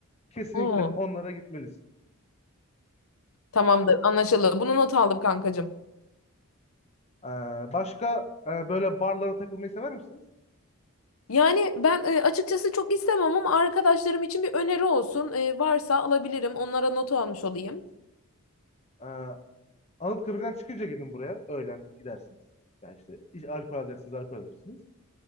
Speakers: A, on the left; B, on the left.
A: Kesinlikle
B: Oo.
A: onlara gitmelisin.
B: Tamamdır, anlaşıldı. Bunu not aldım kankacığım.
A: Ee, başka e, böyle barlara takılmayı sever misiniz?
B: Yani ben e, açıkçası çok istemem ama arkadaşlarım için bir öneri olsun. E, varsa alabilirim. Onlara not almış olayım.
A: Ee, Anıtkabir'den çıkınca gidin buraya. Öğlen gidersiniz. Yani işte iç- alkol alacaksınız, alkol alırsınız.